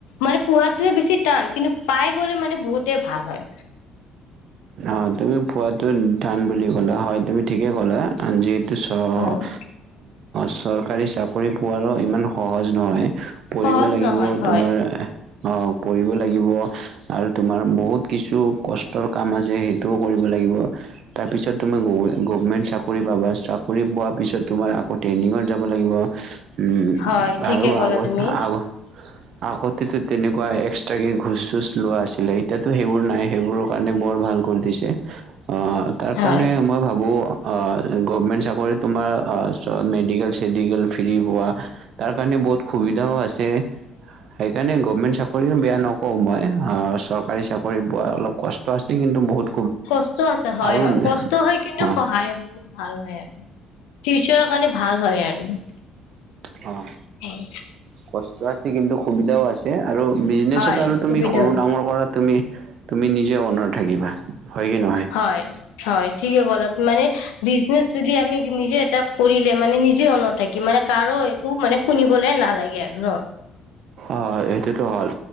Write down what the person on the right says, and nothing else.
অ', তুমি পোৱাতটো টান বুলি ক'লা হয় তুমি ঠিকে ক'লা। যিহেতু চ অ',
চৰকাৰী চাকৰি পোৱোৱাৰো ইমান সহজ নহয়, পঢ়িব
লাগিব
তোমাৰ অ', কৰিব লাগিব। আৰু তোমাৰ বহুত কিছু কষ্টৰ কাম আছে সেইটোও কৰিব লাগিব। তাৰপিছত তুমি গভমেণ্ট চাকৰি পাবা। চাকৰি পোৱাৰ পিছত তোমাৰ আকৌ ট্ৰেইনিঙত যাব লাগিব। উম,
আৰু
আগত-
আগত আগততো তেনেকুৱা এক্সট্ৰাকে ঘোচ-চোচ লোৱা আছিলে। এতিয়াতো সেইবোৰ নাই সেইবোৰক কাৰণে বৰ ভাল কৰি দিছে। অ', তাৰ
কাৰণে মই ভাবো অ', গভমেণ্ট চাকৰিত তোমাৰ মেডিকেল- চেডিকেল ফ্ৰী পোৱা। তাৰ কাৰণে বহুত সুবিধাও আছে। সেইকাৰণে গভমেণ্ট চাকৰিও বেয়া নকওঁঁ মই, চৰকাৰী চাকৰি পোৱা অলপ কষ্ট আছে কিন্তু বহুত
আৰু
অ
অঁহ।
কষ্ট আছে কিন্তু সুবিধাও আছে, আৰু বিজনেচত
আৰু তুমি
সৰু ডাঙৰ কৰা তুমি তুমি নিজে অনাৰ থাকিবা। হয় কি নহয়?
অ', সেইটোতো হ'ল